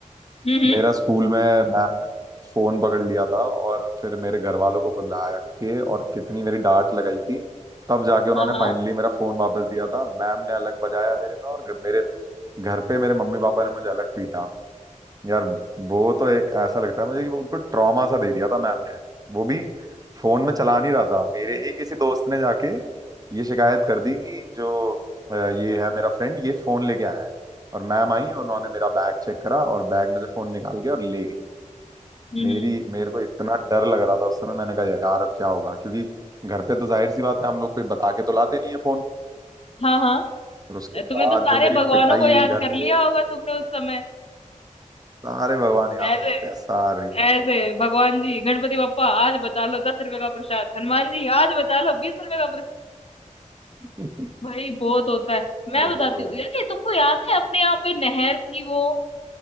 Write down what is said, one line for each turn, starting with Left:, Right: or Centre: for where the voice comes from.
Left: हम्म हम्म,
Right: मेरा स्कूल में मैम ने फोन पकड़ लिया था और फिर मेरे घर वालों को बुला के और कितनी मेरी डांट लगाई थी तब जाके उन्होंने
Left: हाँ हाँ
Right: फाइनली मेरा फोन वापस दिया था मैम ने अलग बजाया मेरे में और घ- मेरे घर पे मेरे मम्मी पापा ने मुझे अलग पीटा यार वो तो एक ऐसा लगता है मुझे कि वो बिल्कुल ट्रॉमा सा दे दिया था मैम ने वो भी फोन में चला नहीं रहा था मेरे ही किसी दोस्त ने जाके ये शिकायत कर दी कि जो अ, ये है मेरा फ्रेंड ये फोन लेके आया है और मैम आई और उन्होंने मेरा बैग चेक करा और बैग में से फोन निकाल के और ले गई
Left: हम्म
Right: मेरी मेरे को इतना डर लग रहा था उस समय मैंने कहा यार अब क्या होगा क्योंकि घर पे तो जाहिर सी बात है हम लोग कोई बता के तो लाते नहीं है फोन
Left: हाँ हाँ
Right: और उसके बाद
Left: तुम्हें तो सारे
Right: जो मेरी
Left: भगवानों
Right: पिटाई
Left: को याद
Right: हुई घर
Left: कर लिया
Right: पे
Left: होगा तुमने उस समय
Right: सारे भगवान याद
Left: ऐसे
Right: आ जाते हैं सारे
Left: ऐसे भगवान जी गणपति बप्पा आज बचा लो दस रुपए का प्रसाद हनुमान जी आज बचा लो बीस रुपए का
Right: <laughs>
Left: भाई बहुत होता है मैं
Right: यार
Left: बताती
Right: वो तो
Left: हूँ यार ये तुमको याद है अपने यहाँ पे नहर थी वो